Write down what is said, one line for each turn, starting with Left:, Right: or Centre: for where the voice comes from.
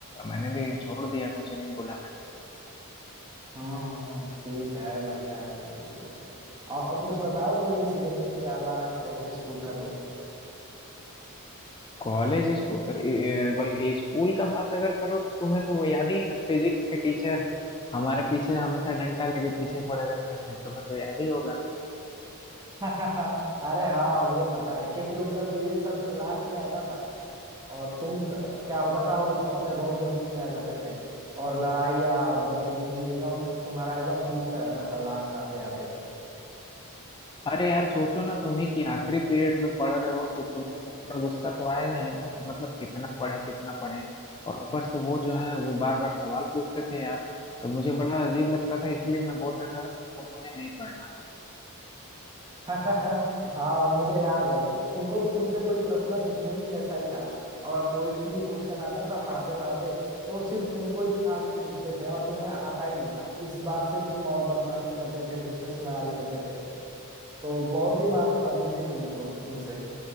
Left: मैंने भी छोड़ दिया कुछ नहीं बोला
Right: हम्म हम्म, ठीक है बढ़िया है जो कुछ भी है और कुछ बताओ कोई इंसिडेंट याद आ रहा है कॉलेज स्कूल का तो
Left: कॉलेज इसको ए- बल्कि स्कूल का बात अगर करो तो तुम्हें तो वो याद ही है ना फिजिक्स के टीचर हमारे पीछे हमेशा डंडा लेके पीछे पड़े रहते थे तुम्हें तो याद ही होगा
Right: <laughs> अरे हाँ मुझे पता है क्योंकि उनका पीरियड सबसे लास्ट में आता था और तुम त, क्या होता था वो अपने रौद्र रूप में आ जाते थे और लड़ाइया और बदतमीजी एकदम तुम्हारा एकदम पीक पे रहता था लास्ट आते आते
Left: अरे यार सोचो ना तुम्ही कि आखिरी पीरियड में पढ़ रहे हो तो तुम्हें तो थोड़ा गुस्सा तो आएगा ही ना कि मतलब कितना पढ़े कितना पढ़े और ऊपर से वो जो है वो बार बार सवाल पूछते थे यार तो मुझे बड़ा अजीब लगता था इसलिए मैं बोल देता था कि सर मुझे नहीं पढ़ना
Right: <laughs> हाँ मुझे याद है तो उनको तो तुमसे कोई पर्सनल दुश्मनी जैसा ही था और कोई भी क्वेश्चन आता था पढ़ाते पढ़ाते तो वो सिर्फ तुमको ही उठा के पूछते थे और तुम्हें आता ही नहीं था इस बात से तुम और बदमाशी करते थे दूसरे से लड़ाई करते थे तो बहुत ही मार पड़ती थी तुम्हें तो उनसे